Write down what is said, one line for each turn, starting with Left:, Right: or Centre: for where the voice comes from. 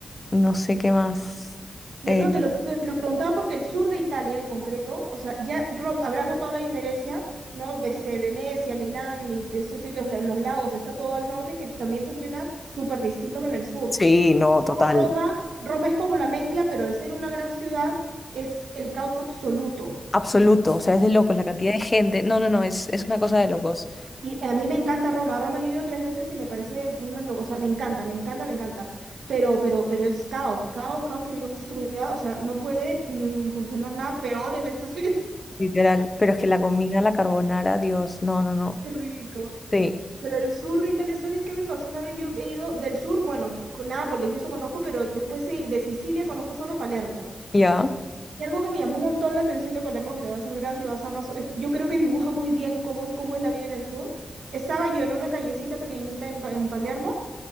Left: No sé qué más.
Right: Ya,
Left: eh,
Right: no, te lo, te lo preguntaba porque el sur de Italia en concreto, o sea, ya Rom- habrá notado la diferencia, ¿no? Vese- Venecia, Milán y de esos sitios, la- los lagos, está todo al norte que también funciona súper distinto que en el sur.
Left: sí, no,
Right: Y luego
Left: total.
Right: Roma, Roma es como la mezcla, pero al ser una gran ciudad es el caos absoluto.
Left: Absoluto, o sea, es de locos la cantidad de gente. No, no, no, es, es una cosa de locos,
Right: Y a mí me encanta Roma. Roma yo he ido tres veces y me parece una locura. O sea, me encanta, me encanta, me encanta. Pero, pero, pero es caos, caos, caos que digo, esta ciudad, o sea, no puede mm, funcionar nada peor en esta <laughs> ciudad.
Left: literal. Pero es que la comida, la carbonara, Dios, no, no, no.
Right: Qué rico.
Left: Sí,
Right: Pero el sur de Italia, ¿sabes qué me pasó una vez? Yo he ido del sur, bueno, con Nápoles y eso conozco, pero después sí, de Sicilia conozco solo Palermo.
Left: ya,
Right: Y algo que me llamó un montón la atención de Palermo, que te va a hacer gracia y vas a más... es- Yo creo que dibuja muy bien cómo, es- cómo es la vida en el sur. Estaba yo en una callecita pequeñita en, Pa- en Palermo,